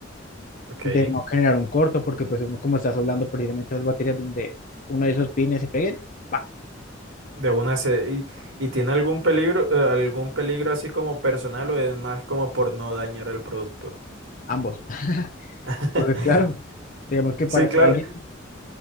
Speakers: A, on the right (about 85°); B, on the left (about 45°).
A: ok.
B: de no generar un corto, porque pues uno como está soldando precisamente las baterías donde uno de esos pines se peguen, ¡pa!
A: De una se... ¿Y, y tiene algún peligro, eh, algún peligro así como personal o es más como por no dañar el producto?
B: ambos. <laughs>
A: <laughs>
B: Porque claro, digamos que para
A: Sí, claro.
B: que alguien,